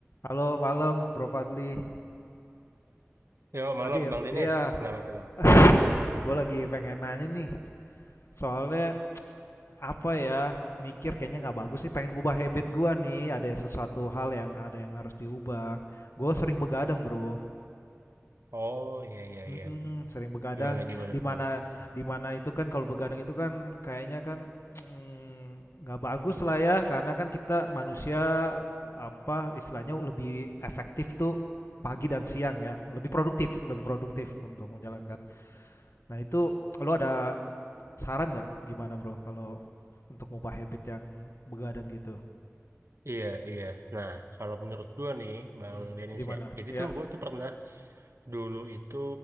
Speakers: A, on the left; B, on the right.
A: Halo malam Bro Fadli.
B: Yo,
A: Fadil,
B: malam Bang Denis.
A: iya.
B: Kenapa tuh Bang?
A: <laughs> Gue lagi pengen nanya nih. Soalnya apa ya? Mikir kayaknya nggak bagus sih. Pengen ngubah habit gua nih. Ada sesuatu hal yang ada yang harus diubah. Gue sering begadang Bro.
B: Oh, iya, iya,
A: Mhm,
B: iya.
A: sering begadang,
B: Gimana, gimana
A: di
B: tuh
A: mana
B: Bang?
A: di mana itu kan kalau begadang itu kan kayaknya kan, mmm, nggak bagus lah ya, karena kan kita manusia, apa, istilahnya lebih efektif tuh pagi dan siang ya, lebih produktif lebih produktif untuk menjalankan. Nah itu lo ada saran nggak gimana, Bro, kalau untuk ngubah habit yang begadang gitu?
B: Iya, iya. Nah, kalau menurut gua nih, Bang
A: Mhm,
B: Denis
A: gimana?
B: ya. Jadi
A: Ya,
B: tuh gua tuh pernah dulu itu